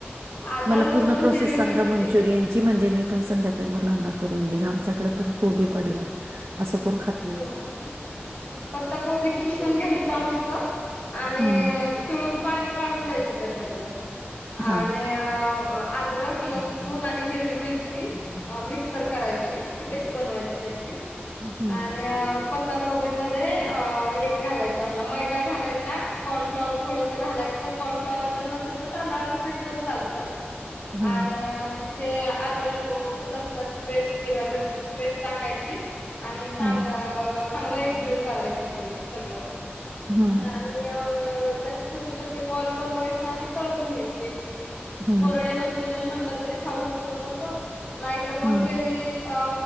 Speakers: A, on the left (about 45°); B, on the right (about 80°).
A: आलं,
B: मला
A: लसूण,
B: पूर्ण प्रोसेस
A: हिरवी
B: सांगा
A: मिरची.
B: मनचूरीयन ची म्हणजे मी पण संध्याकाळी मुलांना करून देईन. आमच्याकडं पण कोबी पडलायं असं कोण खात नाही
A: हं पत्ता कोबी खिसून घ्यायचा मस्त आणि
B: हम्म
A: पिळून पाणी काढून द्यायचं त्याच्यातलं
B: हा
A: आणि अं आद्रक, लसूण आणि हिरवी मिरची मिक्सर करायची. पेस्ट बनवायची त्याची.
B: हम्म
A: आणि पताकोबीमध्ये अ हे घालायचं आपला मैदा घालायचा. कॉर्नफ्लाॅवर थोडं घालायचं. कॉर्नफ्लाॅवर जर नसेल तर तांदळाचं पीठ पण चालतात
B: हम्म
A: आणि ते अद्रक लसणाची पेस्ट, हिरव्या मिरचीची पेस्ट टाकायची. आणि चांग-चांगलं
B: हम्म
A: एकजीव करायचं ते सगळं.
B: हम्म
A: अ आणि अ त्याचे छोटे छोटे बॉल बनवायचे आणि तळून घ्यायचे.
B: हम्म
A: कोरडे मंचुरियन म्हणलं तरी खाऊ शकतो तसं. नाहीतर
B: हम्म
A: मग ग्रेव्ही अ